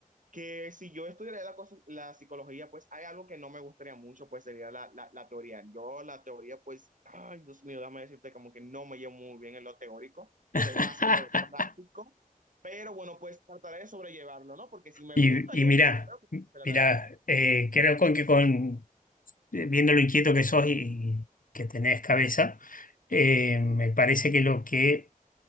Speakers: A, on the right (about 60°); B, on the left (about 65°).
A: que si yo estudiara la, cos- la psicología, pues hay algo que no me gustaría mucho, pues sería la, la, la teoría. Yo la teoría, pues, ay, Dios mío, déjame decirte como que no me llevo muy bien en lo teórico,
B: <laughs>
A: soy más como de práctico, pero bueno, pues trataré de sobrellevarlo, ¿no? Porque si me
B: Y,
A: gusta, yo
B: y mirá,
A: creo que voy a hacer
B: mirá,
A: adelante.
B: eh, creo con que con, eh, viendo lo inquieto que sos y, y que tenés cabeza, eh, me parece que lo que